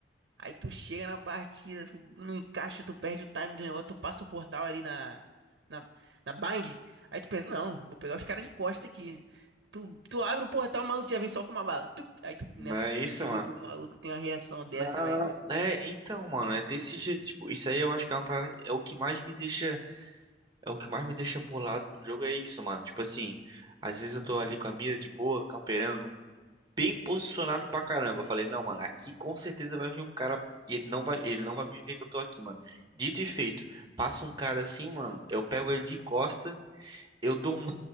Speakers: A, on the right; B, on the right.
A: Aí tu chega na partida, tu não encaixa, tu perde o time do negócio, tu passa o portal ali na, na, na bind. Aí tu pensa, não, vou pegar os caras de costa aqui. Tu, tu abre o portal, o maluco já vem só com uma bala. Tup! aí tu,
B: Não
A: não é possível
B: é isso, mano.
A: que o maluco tenha uma reação dessa,
B: Não,
A: velho. né?
B: é, então, mano, é desse jeito, tipo, isso aí eu acho que é uma parada, é o que mais me deixa, é o que mais me deixa bolado no jogo, é isso, mano. Tipo assim, às vezes eu tô ali com a mira de boa, camperando, bem posicionado pra caramba. Eu Falei, não, mano, aqui com certeza vai vir um cara e ele não vai, ele não vai me ver que eu tô aqui, mano. Dito e feito, passa um cara assim, mano, eu pego ele de costa, eu dou um